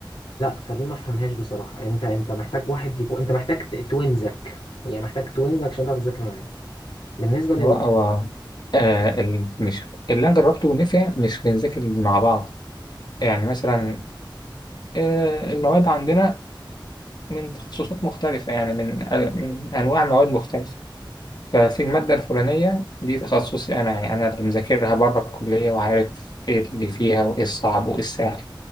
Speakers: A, on the left; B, on the left.
A: فدي ما فهمهاش بصراحه انت انت محتاج واحد يكون انت محتاج ت- توينزك يعني محتاج توينزك عشان تعرف تذاكر معايا بالنسبه
B: هو هو آه ال... مش اللي انا جربته ونفع مش بنذاكر مع بعض يعني مثلا آه المواد عندنا من تخصصات مختلفة يعني من آه، من انواع مواد مختلفة ففي المادة الفلانية دي تخصصي انا يعني انا اللي مذاكرها بره الكلية وعارف ايه اللي فيها وايه الصعب وايه السهل